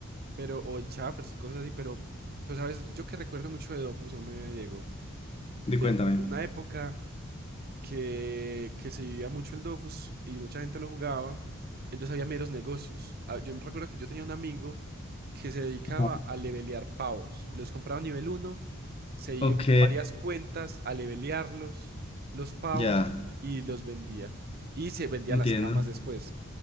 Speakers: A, on the right (about 45°); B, on the left (about 25°).
A: pero, o en Chaffers y cosas así, pero, pues, ¿sabes? Yo que recuerdo mucho de Dofus, me Diego, de
B: Y cuéntame.
A: una época que, que se vivía mucho el Dofus y mucha gente lo jugaba, entonces había meros negocios. Ah, Yo me recuerdo que yo tenía un amigo que se dedicaba
B: Ajá.
A: a levelear pavos. Los compraba a nivel uno se iba
B: Ok,
A: con varias cuentas a levelearlos, los pavos,
B: ya,
A: y los vendía. Y se vendían
B: entiendo.
A: las camas después.